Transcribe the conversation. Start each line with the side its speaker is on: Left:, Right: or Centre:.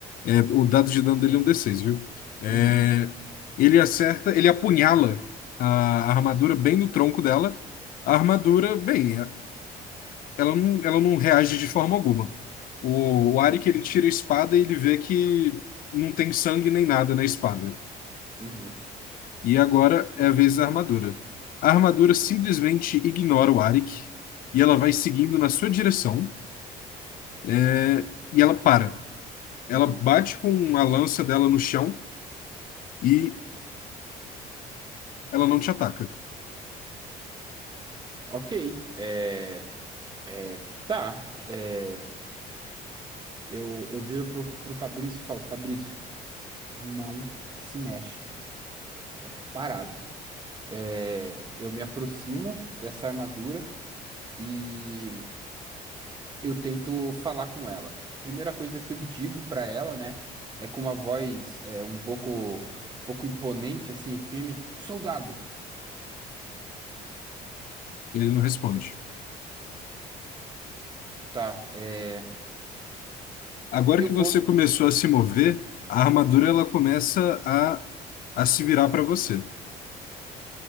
Left: É, o dado de dano dele é um D6, viu? É,
Right: uhum,
Left: ele acerta, ele apunhala a a armadura bem no tronco dela. A armadura, bem, é- ela não, ela não reage de forma alguma. O, o Arik, ele tira a espada e ele vê que não tem sangue nem nada na espada.
Right: uhum,
Left: E agora é a vez da armadura. A armadura simplesmente ignora o Arik e ela vai seguindo na sua direção é, e ela para. Ela
Right: uhum.
Left: bate com a lança dela no chão e ela não te ataca.
Right: Ok. É, é, tá. É, eu, eu viro pro, pro Fabrício e falo: Fabrício, não se mexe. Fica parado. É, eu me aproximo dessa armadura e. eu tento falar com ela. A primeira coisa que eu digo pra ela, né, é com uma voz é, um pouco, um pouco imponente, assim, e firme: Soldado!
Left: Ele não responde.
Right: So- tá, é,
Left: Agora
Right: eu
Left: que
Right: vou.
Left: você começou a se mover, a armadura ela começa a, a se virar para você.